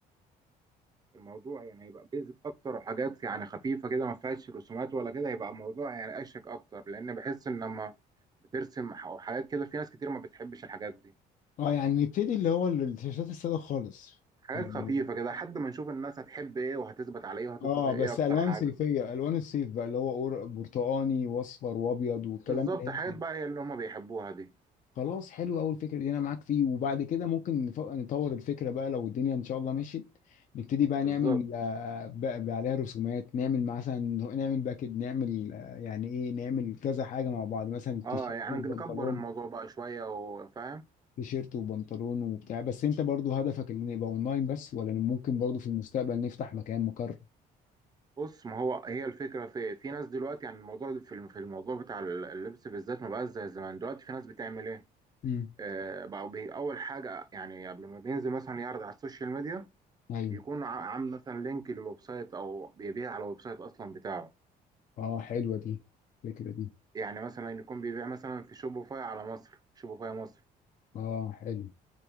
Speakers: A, on the right; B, on the left.
A: الموضوع يعني يبقى بيزك اكتر وحاجات يعني خفيفه كده ما فيهاش رسومات ولا كده يبقى الموضوع يعني اشيك اكتر لان بحس ان لما بترسم ح- حاجات كده في ناس كتير ما بتحبش الحاجات دي
B: اه يعني نبتدي اللي هو التيشيرتات الساده خالص
A: حاجات
B: يعني
A: خفيفه كده لحد ما نشوف الناس هتحب ايه وهتثبت على ايه وهتطلب
B: اه
A: ايه
B: بس
A: اكتر
B: الوان
A: حاجه
B: صيفيه الوان الصيف بقى اللي هو أور- برتقاني واصفر وابيض والكلام
A: بالظبط
B: اللي هي
A: حاجات بقى هي اللي هم بيحبوها دي
B: خلاص حلو قوي الفكره دي انا معاك فيه وبعد كده ممكن نف- نطور الفكره بقى لو الدنيا ان شاء الله مشيت نبتدي بقى
A: بالظبط
B: نعمل آه، بقى بقى عليها رسومات نعمل مثلا نعمل باكت نعمل آه، يعني ايه نعمل كذا حاجه مع بعض مثلا التيشيرت
A: اه يعني
B: والبنطلون
A: نكبر الموضوع بقى شويه وفاهم
B: تيشيرت وبنطلون وبتاع بس انت برضو هدفك ان يبقى اونلاين بس ولا ممكن برضو في المستقبل نفتح مكان مقر
A: بص ما هو هي الفكره في إيه؟ في ناس دلوقتي يعني الموضوع في الم- في الموضوع بتاع اللبس بالذات ما بقاش زي زمان دلوقتي في ناس بتعمل ايه
B: مم.
A: آه، بقوا بي- اول حاجه يعني قبل ما بينزل مثلا يعرض على السوشيال ميديا
B: ايوه
A: بيكون ع- عامل مثلا لينك للويب سايت او بيبيع على الويب سايت اصلا بتاعه
B: اه حلوه دي الفكره دي
A: يعني مثلا يكون بيبيع مثلا في شوبيفاي على مصر شوبيفاي مصر
B: اه حلو